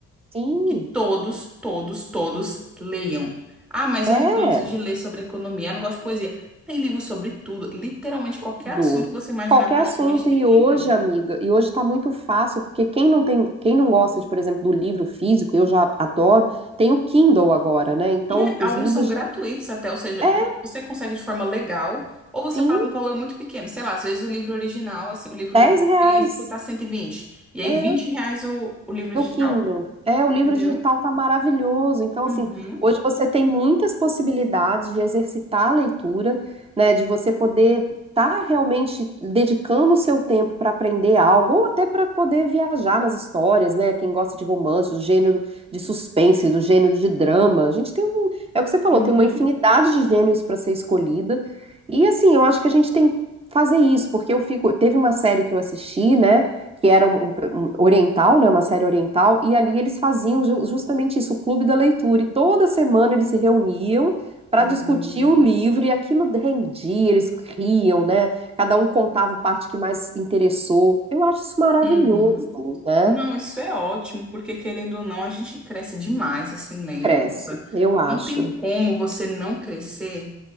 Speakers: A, on the right (about 20°); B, in the centre.
A: Sim,
B: que todos, todos, todos leiam. Ah, mas
A: é.
B: eu não gosto de ler sobre economia, eu não gosto de poesia. Tem livro sobre tudo, literalmente qualquer
A: Tudo.
B: assunto que você imaginar,
A: Qualquer
B: praticamente
A: assunto.
B: tem
A: E
B: livro.
A: hoje, amiga, e hoje está muito fácil, porque quem não tem, quem não gosta de, por exemplo, do livro físico, eu já adoro, tem o Kindle agora, né? Então,
B: E é-
A: os
B: alguns
A: livros
B: são gratuitos
A: de.
B: até, ou seja,
A: É,
B: e você consegue de forma legal, ou você
A: sim,
B: paga um valor muito pequeno. Sei lá, às vezes o livro original, assim, o livro
A: 10 reais.
B: físico tá cento e vinte e aí
A: É.
B: 20 reais o, o livro
A: No
B: digital,
A: Kindle. É, o livro
B: entendeu?
A: digital tá maravilhoso. Então, assim,
B: Uhum,
A: hoje você tem muitas possibilidades de exercitar a leitura, né? De você poder estar realmente dedicando o seu tempo para aprender algo, ou até para poder viajar nas histórias, né? Quem gosta de romance, do gênero de suspense, do gênero de drama. A gente tem um. É o que você falou,
B: uhum,
A: tem uma infinidade de gêneros para ser escolhida. E assim, eu acho que a gente tem. que Fazer isso, porque eu fico. Teve uma série que eu assisti, né? que era um, um oriental, né, uma série oriental, e ali eles faziam ju- justamente isso, o clube da leitura, e toda semana eles se reuniam para
B: sim,
A: discutir o livro, e aquilo rendia, eles riam, né? Cada um contava a parte que mais interessou. Eu acho isso maravilhoso,
B: uhum.
A: né?
B: Não, isso é ótimo, porque querendo ou não, a gente cresce demais assim lendo.
A: Cresce,
B: Nossa,
A: eu acho.
B: não tem como você não crescer